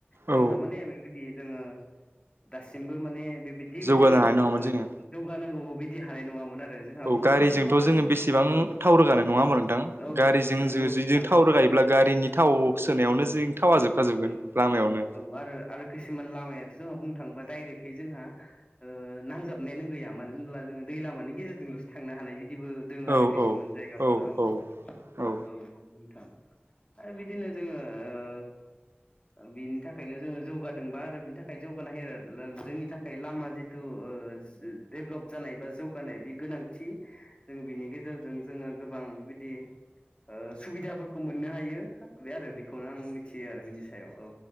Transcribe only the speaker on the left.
जोंहा
माने बेबायदि जोङो दासिमबो माने बेबिदि जिबादि
जौगानांगौ बैदि हानाय नङामोन आरो। जोंहा मानो
होनबा गोबां
औ
औ
नंगौ
नोंथां
औ
औ
औ आरो आरो किसुमान लामायाथ' जोंहा बुंनो थाङोबा डायरेक्टहै जोंहा ओ नांजाबनायानो गैया मानो होनब्ला जों दै लामानि गेजेरजों थांनो हानाय बिदिबो दोङ आरो
किसुमान
जायगाफोराव
<unintelligible> आरो बिदिनो जोङो ओ ओ बिनि थाखायनो जोङो जौगादोंबा आरो बिनि थाखाय जौगानो हायोरो <unintelligible> जोंनि थाखाय लामा जिथु ओ <unintelligible> देभेलप जानाय बा जौगानाय बे गोनांथि जों बिनि गेजेरजों जोङो गोबां बिदि ओ सुबिदाफोरखौ मोननो हायो बे आरो बेखौनो आं मिथियो आरो बिनि सायाव औ।